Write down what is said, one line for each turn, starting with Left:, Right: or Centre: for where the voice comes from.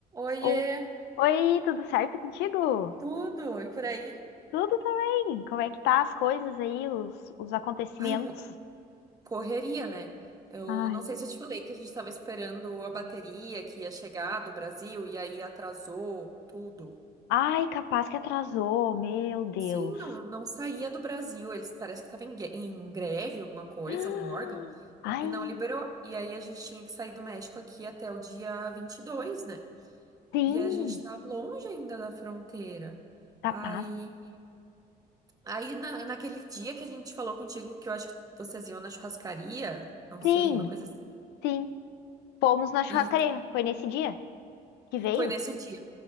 Right: Oiê,
Left: Oh. Oi, tudo certo contigo?
Right: tudo e por aí?
Left: Tudo também. Como é que tá as coisas aí, os, os acontecimentos?
Right: Ai, mo- correria, né? Eu
Left: Ai,
Right: não sei se eu te falei que a gente tava esperando a bateria que ia chegar do Brasil e aí atrasou tudo.
Left: ai, capaz que atrasou, meu Deus.
Right: Sim, não, não saía do Brasil. Eles parece que estavam em, gue- em greve, alguma coisa,
Left: <gasps> Ah,
Right: um órgão,
Left: Ai,
Right: e não liberou. E aí a gente tinha que sair do México aqui até o dia 22, né?
Left: sim,
Right: E a gente tá longe ainda da fronteira.
Left: capaz.
Right: Aí Aí, na, naquele dia que a gente falou contigo, que eu acho que vocês iam na churrascaria, não sei,
Left: Sim,
Right: uma coisa assim.
Left: sim. Fomos na churrascaria,
Right: E
Left: foi nesse dia que veio?
Right: foi nesse dia.